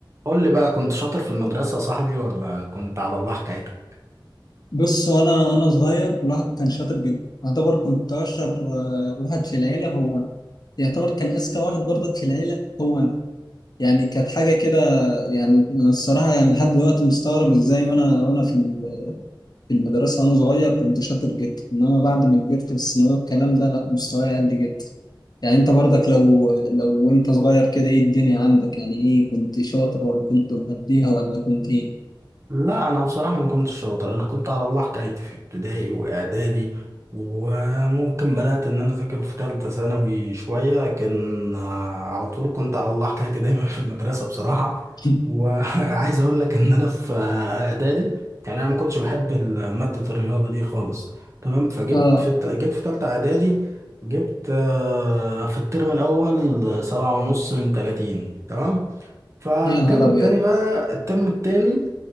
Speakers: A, on the right (about 35°); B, on the left (about 50°).
A: قول لي بقى كنت شاطر في المدرسة يا صاحبي ولا كنت على الله حكايتك؟
B: بص وانا وانا صغير الواحد كان شاطر جدا يعتبر كنت اشطر آه، واحد في العيله هو انا يعتبر كان اذكى واحد برضك في العيله هو انا يعني كانت حاجه كده يعني انا الصراحه يعني لحد دلوقتي مستغرب ازاي وانا وانا في ال- في المدرسه وانا صغير كنت شاطر جدا انما بعد ما كبرت في الثانويه والكلام ده لا مستواي قل جدا يعني انت برضك لو لو انت صغير كده ايه الدنيا عندك يعني ايه كنت شاطر ولا كنت مقضيها ولا كنت ايه
A: لا انا بصراحه ما كنتش شاطر انا كنت على الله حكايتي في ابتدائي واعدادي وممكن بدات ان انا اذاكر في ثالثه ثانوي شويه لكن آه، على طول كنت على الله حكايتي دايما في المدرسه بصراحه
B: <laughs>
A: وعايز <laughs> اقول لك ان انا في آه، اعدادي يعني انا ما كنتش بحب ال- ماده الرياضه دي خالص تمام فجبت
B: اه
A: في الت- جيت في ثالثه اعدادي جبت آه، في الترم الاول سبعة ونص من 30 تمام فالترم
B: يا نهار ابيض
A: التاني بقى الترم التاني